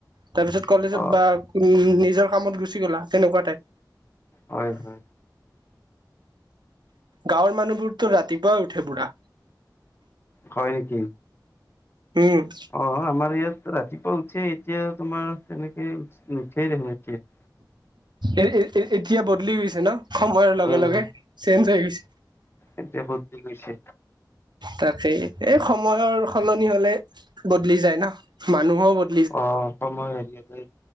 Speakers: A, on the right (about 75°); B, on the left (about 30°).
A: তাৰপিছত কলেজত
B: অ
A: বা নিজৰ কামত গুচি গ'লা তেনেকুৱা টাইপ।
B: হয়, হয়।
A: গাঁৱৰ মানুহবোৰতো ৰাতিপুৱাই উঠে পুৰা।
B: হয়, কি?
A: উম।
B: অ', আমাৰ ইয়াত ৰাতিপুৱা উঠে এতিয়া তোমাৰ তেনেকে নুঠিয়েই দেখোন এতিয়া।
A: এ-এ-এতিয়া বদলি গৈছে ন, সময়ৰ লগে,
B: উম
A: লগে চেঞ্জ হৈ গৈছে।
B: এতিয়া বদলি গৈছে।
A: তাকেই। এই সময়ৰ সলনি হ'লে বদলি যায় ন, মানুহো বদ
B: অ', সময়ত আজিকালি